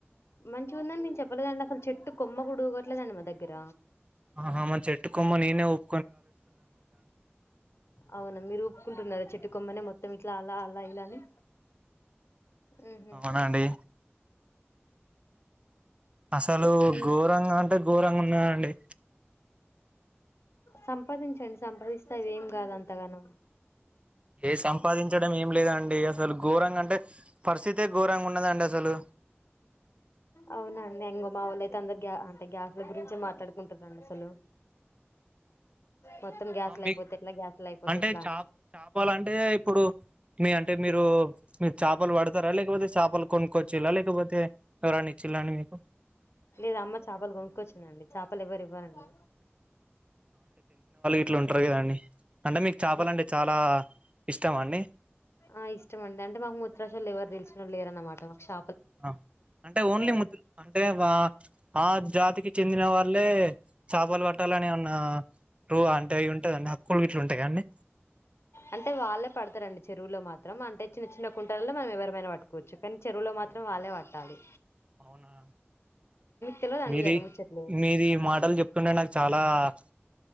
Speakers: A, on the left; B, on the right.
A: మంచిగుంది అని నేన్ చెప్పలేదండి అసల్ చెట్ట్ కొమ్మ గుడు ఉగట్లేదండి మా దగ్గర
B: ఆహా మ చెట్టుకొమ్మ నేనే ఉప్
A: అవున మీరు ఊప్పుకుంటున్నారా చెట్టుకొమ్మనే మొత్తం ఇట్లా అలా అలా ఇలా అని ఉహ్
B: అవునండి అసలు
A: ఉమ్,
B: గోరంగ అం ఘోరంగ ఉన్నాదండి.
A: సంపాదించండి సంపాదిస్తా అవి ఏం గాదు అంతగానం
B: ఏ సంపాదించడం ఏం లేదండి అసలు ఘోరంగా అంటే పరిస్థితే ఘోరంగా ఉన్న దండి అసలు
A: అవునండి ఇంగో మా వొళ్ళు అయితే అందరు గ్యా అంటే గ్యాస్ ల గురించి మాట్లాడుకుంటారుండి అసలు మొత్తం గ్యాస్లు
B: ఆ మీకు
A: అయిపోతే ఎట్లా గ్యాస్లు అయిపోతే
B: అంటే
A: ఎట్లా
B: చప
A: అని
B: చపాలంటే ఇప్పుడు మీ అంటే మీరు మీరు చేపలు పడతారా లేకపోతే చేపలు కొనుక్కొచ్చిల్ల లేకపోతే ఎవరన్న ఇచ్చిళ్ళ అండి మీకు
A: లేదా అమ్మ చేపలు కొనుక్కొచ్చిందాండి చేపలు ఎవ్వరు ఇవ్వరండి.
B: ఇట్లు ఉంటారు. కదండి అంటే మీకు చేపలాంటె
A: మాకు
B: చాలా ఇష్టమా అండి.
A: ఆ ఇష్టమండి. అంటే మాకు ముూత్రాశల్లు ఎవరు తెలిసినోళ్ళు లేరన్నమాట మాకు చే
B: ఆ అంటే ఓన్లీ ముదు అంటే వా ఆ జాతికి చెందిన వాళ్ళ చేపలు పట్టాలని ఎమన్న రూ అంటే ఐటుంద అండి. కుంటా గిట్ల ఉంటాయా గా అండి
A: అంటే వాళ్ళే పడతారండి. చెరువులో మాత్రం అంటే చిన్న చిన్న కుంటలల్లో మనం ఎవరమైనా పట్టుకోవచ్చు. కానీ చెరువులో మాత్రం
B: ఓహో
A: వాళ్ళే పట్టాలి
B: అవునా
A: తెలవదండి
B: మీది
A: ఇయన్ని ముచ్చట్లు
B: మీది ఇ మాటలు చెప్తుంటే నాకు చాలా ఆ